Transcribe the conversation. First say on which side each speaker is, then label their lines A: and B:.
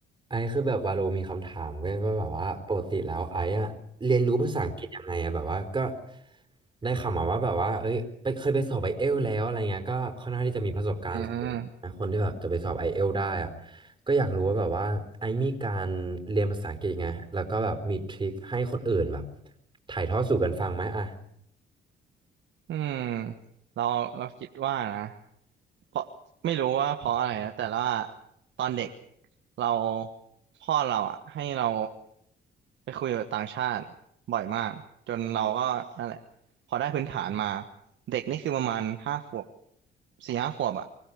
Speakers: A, on the right; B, on the right.
A: ไอซ์คือแบบวาโลมีคำถามเว้ยว่าแบบว่าปกติแล้วไอซ์อะเรียนรู้ภาษาอังกฤษยังไงอะแบบว่าก็ได้ข่าวมาว่าแบบว่าเอ้ยไปเคยไปสอบไอเอลแล้วอะไรเงี้ยก็ค่อนข้างที่จะมีประสบการณ์สูงนะคนที่แบบจะไปสอบไอเอลได้อะ
B: อืม
A: ก็อยากรู้ว่าแบบว่าไอซ์มีการเรียนภาษาอังกฤษยังไงแล้วก็แบบมีทริคให้คนอื่นแบบถ่ายทอดสู่กันฟังไหมอะ
B: อืมเราเราคิดว่านะเพราะไม่รู้ว่าเพราะอะไรนะแต่ว่าตอนเด็กเราพ่อเราอ่ะให้เราไปคุยกับต่างชาติบ่อยมากจนเราก็นั่นแหละพอได้พื้นฐานมาเด็กนี่คือประมาณห้าขวบสี่ห้าขวบอ่ะ